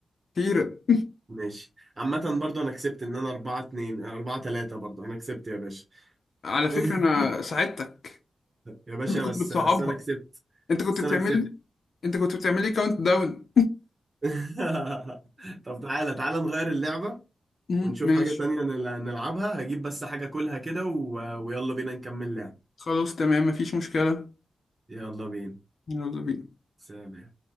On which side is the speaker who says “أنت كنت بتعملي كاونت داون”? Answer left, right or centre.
Left